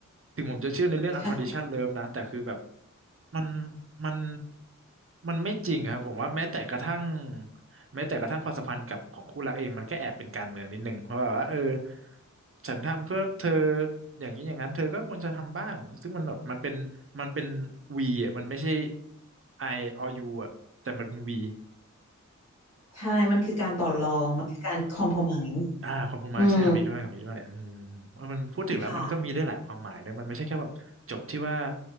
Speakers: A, on the right (about 45°); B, on the left (about 55°).
A: ถึงผมจะเชื่อในเรื่อง unconditional
B: ใช่
A: love นะแต่คือแบบมันมันมันไม่จริงอะครับผมว่าแม้แต่กระทั่งแม้แต่กระทั่งความสัมพันธ์กับของคู่รักเองมันก็แอบเป็นการเมืองนิดนึงเพราะแบบว่าเออฉันทำเพื่อเธออย่างนี้อย่างนั้นเธอก็ควรจะทำบ้างซึ่งมันแบบมันเป็นมันเป็นวีอ่ะมันไม่ใช่ I or you อ่ะแต่มันเป็นวี
B: ใช่ มันคือการต่อรอง มันคือการคอม p r o m ม s e
A: อ่าคอมโพม
B: อืม
A: i ์ใช้คำนี้ด้วยคำนี้ด้วยอืมเออมันพูดถึงแล้วมันก็มีได้หลายความหมายนะมันไม่ใช่แค่แบบจบที่ว่า
B: ค่ะ